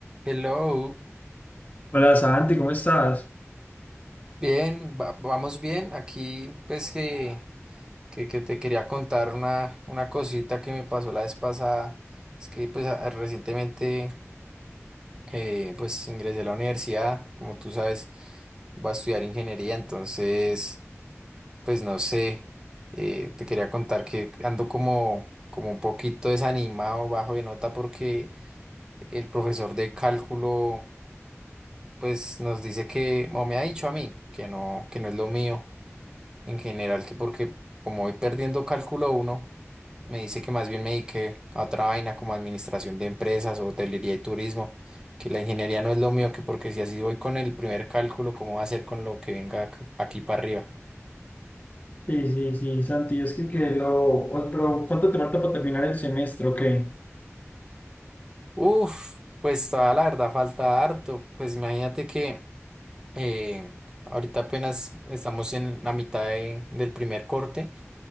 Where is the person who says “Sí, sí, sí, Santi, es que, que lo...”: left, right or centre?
Left